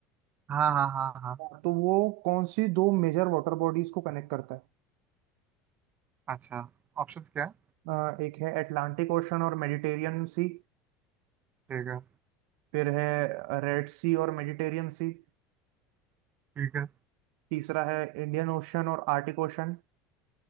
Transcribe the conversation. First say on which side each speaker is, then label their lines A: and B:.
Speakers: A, on the right; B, on the right.
A: हाँ हाँ हाँ हाँ
B: हाँ। तो वो कौन सी दो मेजर वाटर बॉडीज को कनेक्ट करता है
A: अच्छा ऑप्शंस क्या है
B: अ, एक है अटलांटिक ओशन और मेडिटेरियन सी
A: ठीक है
B: फिर है रेड सी और मेडिटेरियन सी
A: ठीक है
B: तीसरा है इंडियन ओशन और आर्टिक ओशन